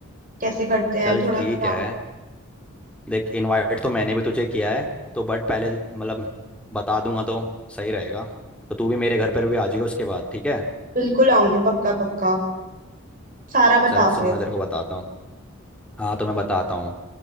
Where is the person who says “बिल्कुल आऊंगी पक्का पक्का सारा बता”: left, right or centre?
Right